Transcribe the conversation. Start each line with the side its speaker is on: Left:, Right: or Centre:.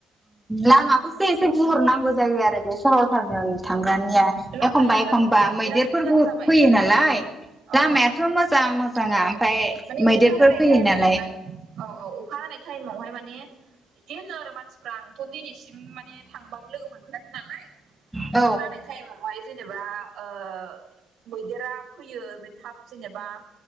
Centre: लामाखौसो एसे गिहरनाांगौ जायोग आरो बे सरल फारनि थांग्रानिया
Right: लामाया
Centre: एखमबा एखमबा
Right: दा बिराद
Centre: मैदेर
Right: मोजां
Centre: फोरबो
Right: जाबाय
Centre: फैयो नालाय
Right: औ
Centre: लामायाथ' मोजां मोजाङा
Right: औ
Centre: ओमफाय
Right: माने
Centre: मैदेरफोर
Right: अखा हानाय
Centre: फैयो ना
Right: औ औ
Centre: ।
Right: अखा हानाय टाइमावहाय माने बिदि होनो आरो मानसिफ्रा आंथ' दिनैसिम माने थांबाबो लोगो मोनफेराखै नालाय
Centre: औ
Right: फैनाय थाइमावहाय जेनेबा बा‌ ओ मैदेरा फैयो थाब जेनेबा